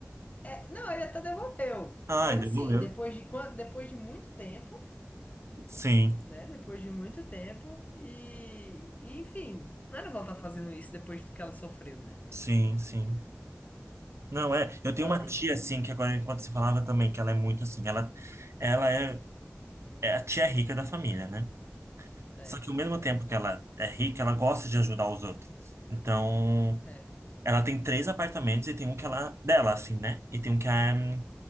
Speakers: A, on the left; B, on the right.
A: É, não, ele até devolveu.
B: <laughs>
A: Mas
B: Ai, devolveu.
A: assim, depois de quan- depois de muito tempo,
B: Sim,
A: né? Depois de muito tempo e, e, enfim, não era pra ela estar fazendo isso depois do que ela sofreu, né?
B: sim, sim. Não, é. Eu tenho
A: Ela
B: uma
A: tem,
B: tia,
A: um,
B: assim, que agora, enquanto você falava também, que ela é muito assim. Ela, ela é, é a tia é rica da família, né?
A: certo,
B: Só que ao mesmo tempo que ela é rica, ela gosta de ajudar os outros. Então.
A: certo.
B: Ela tem três apartamentos e tem um que ela, dela, assim, né? E tem um que é, hum,